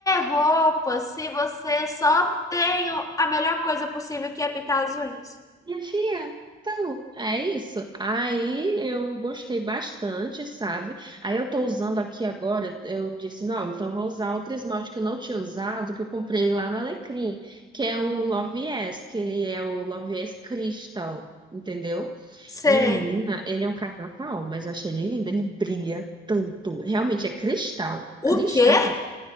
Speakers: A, on the left (about 15°); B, on the right (about 20°).
A: roupa se você só tem a melhor coisa possível que é pintar as unhas?
B: Minha filha, então, é isso. Aí eu gostei bastante, sabe? Aí eu tô usando aqui agora, eu disse, não, então eu vou usar outro esmalte que eu não tinha usado, que eu comprei lá na Alecrim, que é o Love Yes, que ele é o Love Yes Crystal, entendeu?
A: Sei.
B: Menina, ele é um carnaval, mas eu achei ele lindo, ele brilha tanto. Realmente é cristal,
A: O
B: cristal
A: quê?